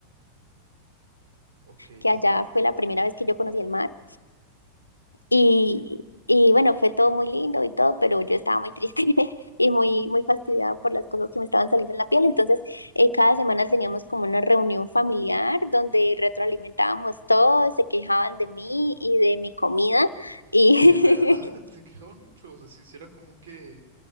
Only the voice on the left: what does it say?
que
allá fue la primera vez que yo conocí el mar. Y, y bueno, fue todo muy lindo y todo, pero yo estaba muy triste <laughs> y muy, muy fastidiada por las cosas que me estaban saliendo en la piel. Entonces, eh, cada semana teníamos como una reunión familiar donde retroalimentábamos todo, se quejaban de mí y de mi comida. Y,
<laughs>